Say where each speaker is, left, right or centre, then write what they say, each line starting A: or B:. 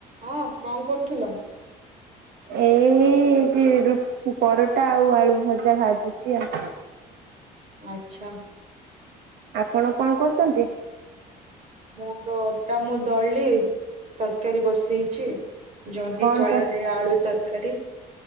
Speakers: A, on the right; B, on the right.
A: ହଁ କଣ କରୁଥୁଲ?
B: ଏଇଠି ରୁ ପରଟା ଆଉ ଆଳୁ ଭଜା ଭାଜୁଚି ଆଉ।
A: ଆଛା।
B: ଆପଣ କଣ କରୁଚନ୍ତି?
A: ମୋର ଅଟା ମୁଁ ଦଳିଲି ତରକାରୀ ବସେଇଛି। ଜହ୍ନି
B: କଣ
A: ଚଳାଯାଏ
B: ତ
A: ଆଳୁ ତରକାରୀ।